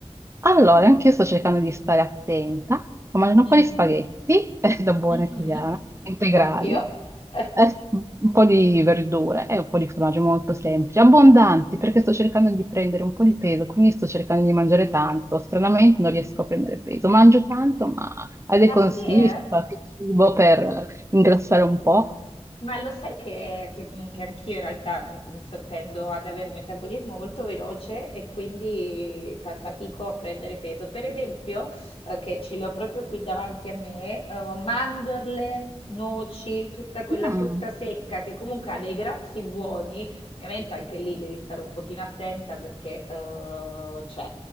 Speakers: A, on the right; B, on the left.
A: Allora, anche io sto cercando di stare attenta, ho mangiato un
B: Mm.
A: po' di spaghetti, <laughs> eh, da buona
B: Mhm.
A: italiana, integrali.
B: Ovvio. <laughs>
A: Eh, un po' di verdure e un po' di formaggio molto semplici, abbondanti, perché sto cercando di prendere un po' di peso, quindi sto cercando di mangiare tanto. Stranamente non riesco a prendere peso. Mangio tanto, ma hai dei
B: Ah
A: consigli
B: sì, eh?
A: su qualche cibo per ingrassare un po'?
B: Ma lo sai che, che- mhmm, che anch'io in realtà mm, so- tendo ad avere un metabolismo molto veloce e quindi fa fatico a prendere peso. Per esempio, eh, che ce le ho proprio qui davanti a me, eh, mandorle, noci, tutta quella
A: Mm,
B: frutta secca che comunque ha dei grassi buoni. Ovviamente anche lì devi stare un pochino attenta perché eh, cioè,